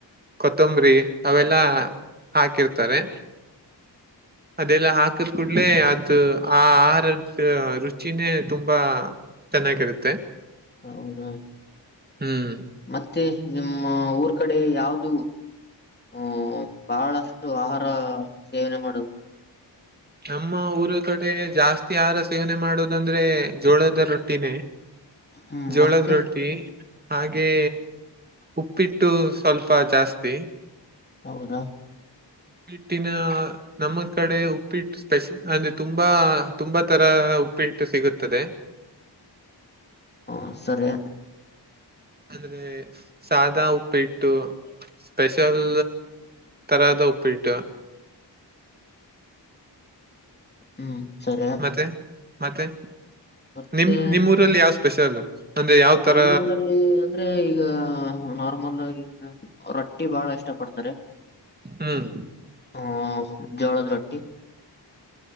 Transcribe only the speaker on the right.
ಕೊತ್ತಂಬರಿ ಅವೆಲ್ಲಾ ಹಾಕಿರ್ತಾರೆ.
ಅದೆಲ್ಲಾ ಹಾಕಿದ್ ಕೂಡ್ಲೆೇ ಆ ಆಹಾರದ ರುಚಿನೇ ತುಂಬಾ ಚೆನ್ನಾಗಿರುತ್ತೆ.
ಹ್ಮ್
ನಮ್ಮ ಊರ ಕಡೆ ಜಾಸ್ತಿ ಆಹಾರ ಸೇವನೆ ಮಾಡೋದಂದ್ರೆ ಜೋಳದ ರೊಟ್ಟಿನೇ.
ಜೋಳದ
ರೊಟ್ಟಿ ಹಾಗೆ ಉಪ್ಪಿಟ್ಟು. ಸ್ವಲ್ಪ ಜಾಸ್ತಿ.
ಉಪ್ಪಿಟ್ಟಿನ ನಮ್ಮ ಕಡೆ ಉಪ್ಪಿಟ್ಟು ಸ್ಪೆಷಲ್ ಅಂದ್ರೆ ತುಂಬಾ ತುಂಬಾ ತರ. ಉಪ್ಪಿಟ್ಟು ಸಿಗುತ್ತದೆ.
ಅಂದ್ರೆ ಸಾದಾ ಉಪ್ಪಿಟ್ಟು. ಸ್ಪೆಷಲ್ ತರದ ಉಪ್ಪಿಟ್ಟು.
ಮತ್ತೆ ಮತ್ತೆ
ನಿಮ್ ನಿಮ್ಮ ಊರಲ್ಲಿ ಯಾವ್ ಸ್ಪೆಷಲ್. ಅಂದ್ರೆ ಯಾವ
ತರ
ಹ್ಮ್